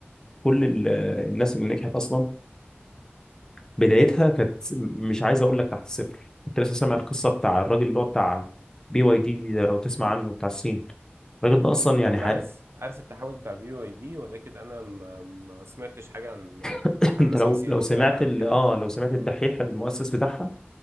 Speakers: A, on the left; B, on the right.
A: كل ال- الناس اللي نجحت اصلا بدايتها كانت مش عايز اقول لك تحت الصفر كنت لسه سامع القصه بتاع الراجل اللي هو بتاع بي واي دي ده لو تسمع عنه بتاع الصين الراجل ده اصلا يعني
B: وانا
A: ح...
B: عارف
A: <coughs>
B: عارف التحول بتاع بي واي دي ولكن انا ما ما سمعتش حاجه عن
A: <clears throat>
B: عن
A: انت
B: مثلا
A: لو
B: سي
A: لو
B: او
A: سمعت
B: بتاعها او
A: ال...
B: كده
A: اه لو سمعت
B: اه
A: الدحيح المؤسس بتاعها